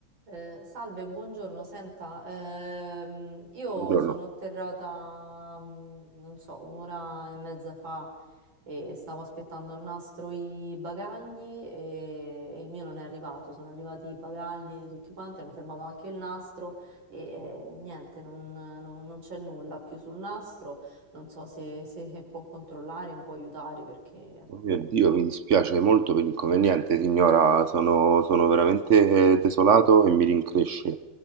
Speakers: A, on the right; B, on the right.
A: Eh, salve, buongiorno. Senta, ehm, io
B: Buongiorno.
A: sono atterrata, mm, non so, un'ora e mezza fa e stavo aspettando al nastro i bagagli e, e il mio non è arrivato. Sono arrivati i bagagli tutti quanti, hanno fermato anche il nastro e eh, niente, non, non- non c'è nulla più sul nastro. Non so se, se può controllare, mi può aiutare perché, ecco,
B: Oh mio Dio, mi dispiace molto per l'inconveniente, signora. Sono, sono veramente desolato e mi rincresce.